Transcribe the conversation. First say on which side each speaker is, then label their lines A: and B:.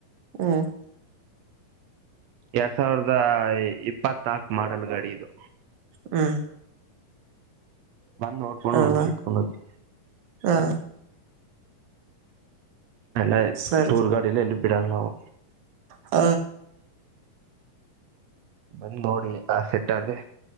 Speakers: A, on the right (about 55°); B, on the right (about 80°).
A: ಹ್ಮ
B: ಎರಡ್ ಸಾವಿರದ ಇಪ್ಪತ್ನಾಕ ಮಾಡಲ್ ಗಾಡಿ ಇದು
A: ಹ್ಮ
B: ಬಂದ್ ನೋಡ್ಕೊಂಡು
A: ಅಣ
B: ಹೋಗಿ ಇತ್ಕೊಂಡೋಗಿ
A: ಹಾ
B: ಎಲ್ಲ
A: ಸರಿ
B: ಟೂರ್ ಗಾಡಿಲ್ಲ ಎಲ್ಲಿ ಬಿಡಾಗಲ ನಾವು
A: ಹ
B: ಬಂದ್ ನೋಡಿ ಆ ಸೆಟ್ ಆದ್ರೆ